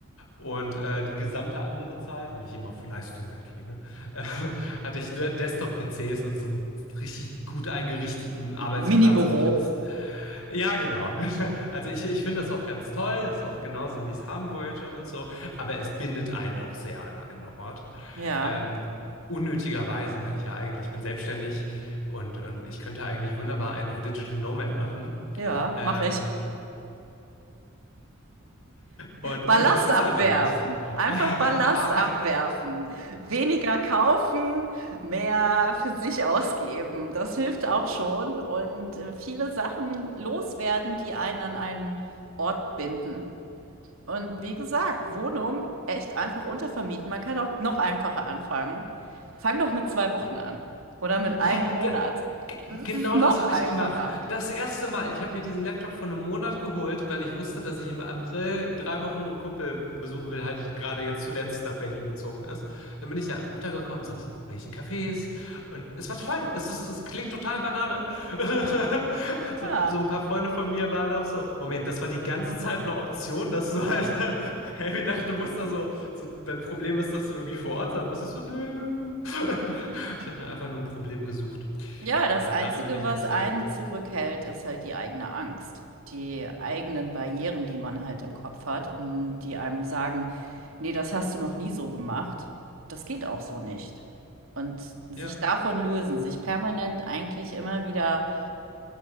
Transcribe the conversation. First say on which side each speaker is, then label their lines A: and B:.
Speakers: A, on the left; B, on the right.
A: Und äh, die gesamte andere Zeit, weil ich immer auf Leistung Wert lege, äh, hatte ich De- Desktop-PCs und so einen richtig gut eingerichteten Arbeitsplatz.
B: Mini-Büro.
A: Und ich finde, das ja, genau. <laughs> Also ich, ich finde das auch ganz toll. Das ist auch genauso, wie ich es haben wollte und so. Aber es bindet einen auch sehr an einen Ort.
B: Ja,
A: Ähm, unnötigerweise, weil ich ja eigentlich ich bin selbstständig und, und ich könnte eigentlich wunderbar einen auf Digital Nomad machen.
B: ja,
A: Ähm,
B: mache ich.
A: und,
B: Ballast
A: und tu es
B: abwerfen.
A: einfach nicht. <laughs>
B: Einfach
A: Ah,
B: Ballast
A: ah,
B: abwerfen.
A: ah,
B: Weniger kaufen, mehr für sich ausgeben. Das hilft auch schon. Und äh, viele Sachen loswerden, die einen an einen Ort binden. Und wie gesagt, Wohnung echt einfach untervermieten. Man kann auch noch einfacher anfangen. Fang doch mit zwei Wochen an. Oder mit
A: ja,
B: einem Monat.
A: ge- G
B: Das
A: genau
B: ist noch
A: das habe
B: einfacher.
A: ich gemacht. Das erste Mal. Ich habe mir diesen Laptop vor einem Monat geholt, weil ich wusste, dass ich im April drei Wochen einen Kumpel besuchen will, der halt gerade jetzt zuletzt nach Berlin gezogen ist. Dann bin ich ja einfach runtergekommen, saß in irgendwelchen Cafés und es war toll. Es ist, es klingt total Banane. <laughs> So,
B: Ja.
A: so ein paar Freunde von mir waren auch so, Moment, das war die ganze Zeit eine Option, dass du halt, <laughs> hey, ich dachte, du musst da so, so, dein Problem ist, dass du irgendwie vor Ort sein musst. Ich so, nö. <laughs> Ich habe mir einfach nur ein Problem gesucht.
B: Ja, das
A: Äh,
B: Einzige,
A: darin bin ich
B: was
A: nämlich
B: einen
A: sehr gut.
B: zurückhält, ist halt die eigene Angst, die eigenen Barrieren, die man halt im Kopf hat und die einem sagen, nee, das hast du noch nie so gemacht, das geht auch so nicht. Und sich
A: Ja,
B: davon lösen, sich permanent eigentlich immer wieder